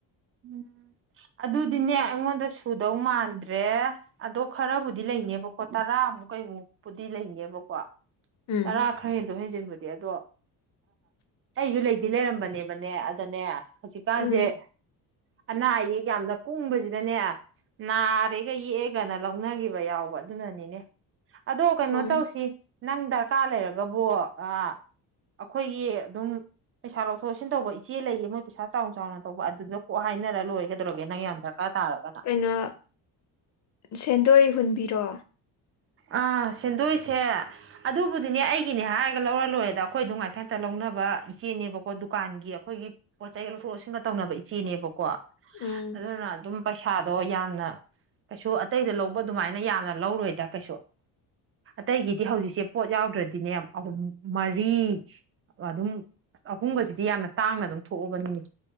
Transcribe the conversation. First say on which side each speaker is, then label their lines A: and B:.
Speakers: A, on the right; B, on the left.
A: ꯎꯝ ꯑꯗꯨꯗꯤꯅꯦ ꯑꯩꯉꯣꯟꯗ ꯁꯨꯗꯧ ꯃꯥꯟꯗ꯭ꯔꯦ ꯑꯗꯣ ꯈꯔꯕꯨꯗꯤ ꯂꯩꯅꯦꯕꯀꯣ ꯇꯔꯥꯃꯨꯛ ꯀꯩꯃꯨꯛꯄꯨꯗꯤ ꯂꯩꯅꯦꯕꯀꯣ
B: ꯎꯝ
A: ꯇꯔꯥ ꯈ ꯍꯦꯟꯗꯣꯛ ꯍꯦꯟꯖꯤꯟꯕꯨꯗꯤ ꯑꯗꯣ ꯑꯩꯁꯨ ꯂꯩꯗꯤ ꯂꯩꯔꯝꯕꯅꯦꯕꯅꯦ ꯑꯗꯅꯦ ꯍꯧꯖꯤꯛꯀꯥꯟꯁꯦ
B: ꯎꯝ
A: ꯑꯅꯥ ꯑꯌꯦꯛ ꯌꯥꯝꯅ ꯀꯨꯡꯕꯁꯤꯗꯅꯦ ꯅꯥꯔꯦꯒ ꯌꯦꯛꯑꯦꯒꯅ ꯂꯧꯅꯒꯤꯕ ꯌꯥꯎꯕ ꯑꯗꯨꯅꯅꯤꯅꯦ ꯑꯗꯣ ꯀꯩꯅꯣ
B: ꯍꯣꯏ
A: ꯇꯧꯁꯤ ꯅꯪ ꯗꯔꯀꯥꯔ ꯂꯩꯔꯒꯕꯣ ꯑ ꯑꯩꯈꯣꯏꯒꯤ ꯑꯗꯨꯝ ꯄꯩꯁꯥ ꯂꯧꯊꯣꯛ ꯂꯧꯁꯤꯟ ꯇꯧꯕ ꯏꯆꯦ ꯂꯩꯌꯦ ꯃꯣꯏ ꯄꯩꯁꯥ ꯆꯥꯎꯅ ꯆꯥꯎꯅ ꯇꯧꯕ ꯑꯗꯨꯗ ꯑꯣ ꯍꯥꯏꯅꯔ ꯂꯣꯏꯔꯒꯗꯧꯣꯒꯦ ꯅꯪ ꯌꯥꯝ ꯗꯔꯀꯥꯔ ꯇꯥꯔꯒꯅ
B: ꯑꯗꯨ ꯁꯦꯟꯗꯣꯏ ꯍꯨꯟꯕꯤꯔꯣ
A: ꯑꯥ ꯁꯦꯟꯗꯣꯏꯁꯦ ꯑꯗꯨꯕꯨꯗꯤꯅꯦ ꯑꯩꯒꯤꯅꯦ ꯍꯥꯏꯔꯒ ꯂꯧꯔ ꯂꯣꯏꯔꯦꯗ ꯑꯩꯈꯣꯏꯗ ꯉꯥꯏꯊꯟꯇ ꯂꯧꯅꯕ ꯏꯆꯦꯅꯦꯕꯀꯣ ꯗꯨꯀꯥꯟꯒꯤ ꯑꯩꯈꯣꯏꯒꯤ ꯄꯣꯠ ꯆꯩ ꯂꯧꯊꯣꯛ ꯂꯧꯁꯤꯟꯒ ꯇꯧꯅꯕ ꯏꯆꯦꯅꯦꯕꯀꯣ
B: ꯎꯝ
A: ꯑꯗꯨꯅ ꯑꯗꯨꯝ ꯄꯩꯁꯥꯗꯣ ꯌꯥꯝꯅ ꯀꯩꯁꯨ ꯑꯇꯩꯗ ꯂꯧꯕ ꯑꯗꯨꯃꯥꯏꯅ ꯌꯥꯝꯅ ꯂꯧꯔꯣꯏꯗ ꯀꯩꯁꯨ ꯑꯇꯩꯒꯤꯗꯤ ꯍꯧꯖꯤꯛꯁꯦ ꯄꯣꯠ ꯌꯥꯎꯗ꯭ꯔꯗꯤꯅꯦꯨꯝ ꯃꯔꯤ ꯑꯗꯨꯝ ꯑꯍꯨꯝꯒꯤ ꯖꯤꯗꯤ ꯌꯥꯝꯅ ꯇꯥꯡꯅ ꯑꯗꯨꯝ ꯊꯣꯛꯑꯕꯅꯤꯅꯦ